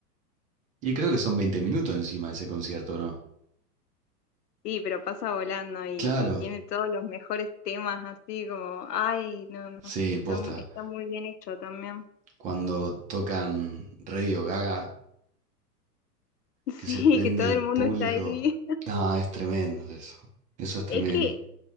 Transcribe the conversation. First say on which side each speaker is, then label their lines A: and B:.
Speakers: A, on the right; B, on the left.
A: Y creo que son 20 minutos encima de ese concierto, ¿no?
B: Sí, pero pasa volando y,
A: Claro,
B: y tiene todos los mejores temas así como, ay, no, no,
A: sí,
B: está,
A: posta.
B: está muy bien hecho también.
A: Cuando tocan Radio Gaga,
B: <laughs>
A: que
B: Sí,
A: se prende
B: que todo
A: el
B: el mundo
A: público.
B: está ahí.
A: Ah, es tremendo eso. Eso es tremendo.
B: Es que,